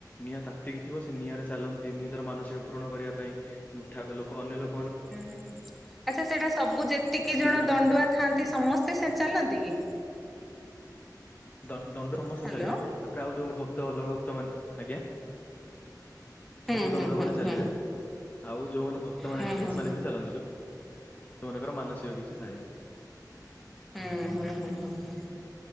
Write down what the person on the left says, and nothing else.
ନିଆଁ ତାତିକି ଥିବ ସେ ନିଆଁରେ ଚାଲନ୍ତି ନିଜର ମାନସିକ ପୂରଣ କରିବା ପାଇଁ ଉଁ ଥା ଅ ଅନ୍ୟ ଲୋକ
ସେଦିନ
ଦ ଦଣ୍ଡ ସମସ୍ତେ
ଚାଲିବେ। ତାପରେ ଆଉ ଯଉ ଭକ୍ତ ଅଲଗା ଭକ୍ତ ମାନେ ଆଜ୍ଞା ସବୁ
ଦଣ୍ଡ
ମାନେ ଚାଲିବେ।
ଆଉ ଯଉମାନେ ଭକ୍ତମାନେ
ଥିବେ,
ସେମାନେ ବି ଚାଲନ୍ତି। ସେମାନଙ୍କର ମାନସିକ କିଛି ଥାଏ।